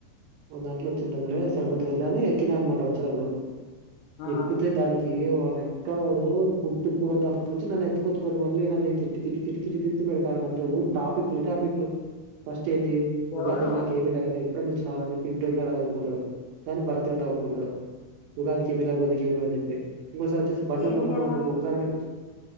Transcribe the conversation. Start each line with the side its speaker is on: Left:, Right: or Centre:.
Right: మీదాంట్లో వచ్చిద్దంలే సరిపోతుంది లే అని ఎక్కినానమాట వచ్చినప్పుడు
Left: ఆ
Right: ఎక్కుతే దాని ఏ వానెక్కడు పుట్ పూర్వతాల నుంచి నన్ను ఎత్కొచ్చుకొని మళ్ళీ నన్ను తిట్టిిటి తిట్టి తిట్టి తిత్ పెడతాంతే ఊరు టాపిక్లు టాపిక్లు ఫస్ట్ చ్చేంది
Left: ఎవరు
Right: ఉగాదికి నాకేమి లేదా చెప్ ఇప్పుడ ఇచ్చినవార అని చెప్పి <unintelligible> డ్రైమ్ ఊరుకుంటాడు దాని భరత్ గాడు తగులుకుంటాడు ఉగాదికి ఏమి లే ఏమి పంపించావ్ అని చెప్పి ఇంకోసారి ఒచ్చేసి బండ్ల
Left: ఏమియ్యాల
Right: ఉన్నప్పుడు నువ్ అన్ లేదా సరే తెప్పిచుకో